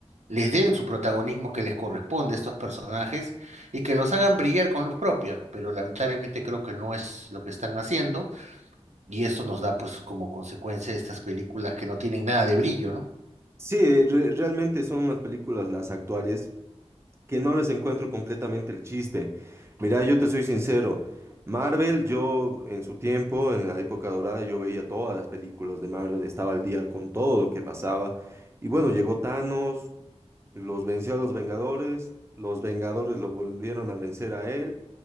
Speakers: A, on the right; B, on the right.
A: les den su protagonismo que les corresponde a estos personajes y que los hagan brillar con luz propia, pero lamentablemente creo que no es lo que están haciendo y eso nos da, pues, como consecuencia estas películas que no tienen nada de brillo, ¿no?
B: sí, eh, re- realmente son unas películas las actuales que no les encuentro completamente el chiste. Mira, yo te soy sincero, Marvel, yo en su tiempo, en la época dorada, yo veía todas las películas de Marvel, estaba al día con todo lo que pasaba. Y bueno, llegó Thanos, Los venció a los Vengadores, los Vengadores lo volvieron a vencer a él